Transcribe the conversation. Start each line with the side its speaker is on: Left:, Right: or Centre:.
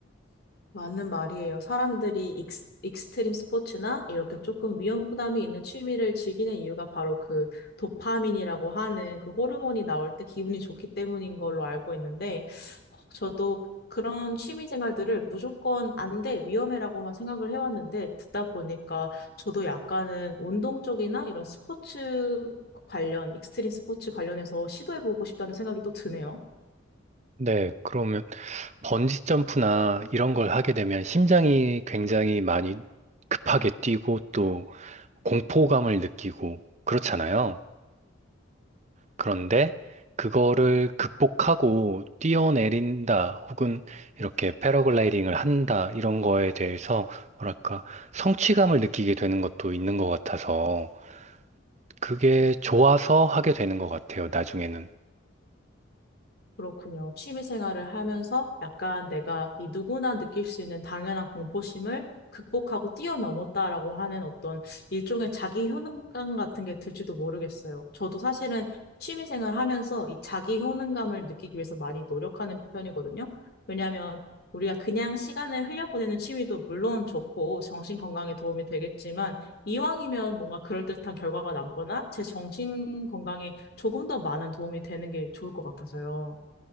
Left: 맞는 말이에요. 사람들이 익스, 익스트림 스포츠나 이렇게 조금 위험 부담이 있는 취미를 즐기는 이유가 바로 그 도파민이라고 하는 그 호르몬이 나올 때 기분이 좋기 때문인 걸로 알고 있는데, 어, 저도 그런 취미 생활들을 무조건 안 돼, 위험해라고만 생각을 해왔는데, 듣다 보니까 저도 약간은 운동 쪽이나 이런 스포츠 관련, 익스트림 스포츠 관련해서 시도해보고 싶다는 생각이 또 드네요.
Right: 네, 그러면 번지 점프나 이런 걸 하게 되면 심장이 굉장히 많이 급하게 뛰고 또 공포감을 느끼고 그렇잖아요. 그런데 그거를 극복하고 뛰어내린다 혹은 이렇게 패러글라이딩을 한다 이런 거에 대해서 뭐랄까 성취감을 느끼게 되는 것도 있는 것 같아서 그게 좋아서 하게 되는 것 같아요, 나중에는.
Left: 그렇군요. 취미 생활을 하면서 약간 내가 이 누구나 느낄 수 있는 당연한 공포심을 극복하고 뛰어넘었다라고 하는 어떤 일종의 자기 효능감 같은 게 들지도 모르겠어요. 저도 사실은 취미 생활 하면서 이 자기 효능감을 느끼기 위해서 많이 노력하는 편이거든요. 왜냐하면 우리가 그냥 시간을 흘려보내는 취미도 물론 좋고 정신 건강에 도움이 되겠지만 이왕이면 뭔가 그럴듯한 결과가 남거나 제 정신 건강에 조금 더 많은 도움이 되는 게 좋을 것 같아서요.